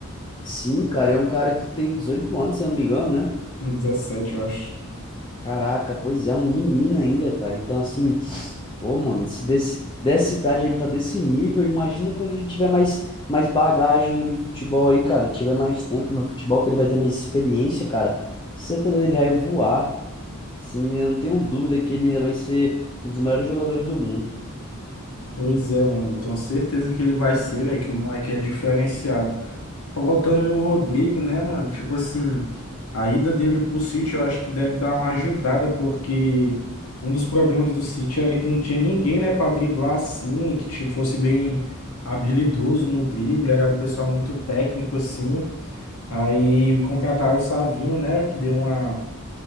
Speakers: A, on the left; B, on the left.
A: Sim, cara, é um cara que tem 18 anos, se eu não me engano, né?
B: É 17, eu acho.
A: Caraca, pois é, um menino ainda, cara. Então, assim, pô, mano, se desse, dessa idade ele tá desse nível, imagina quando ele tiver mais, mais bagagem de futebol aí, cara. Tiver mais tempo no futebol, que ele vai ter mais experiência, cara. Você tá doido, ele vai voar. Esse menino, eu não tenho dúvida que ele ainda vai ser um dos melhores jogadores do mundo.
B: Pois é, mano, eu tenho certeza que ele vai ser, velho, que o moleque é diferenciado. Voltando no Rodrigo, né, mano? Tipo assim, a ida dele pro City eu acho que deve dar uma ajudada, porque um dos problemas do City era que não tinha ninguém, né, pra driblar assim, que tipo, fosse bem habilidoso no drible, era um pessoal muito técnico assim. Aí contrataram o Savinho, né? Que deu uma,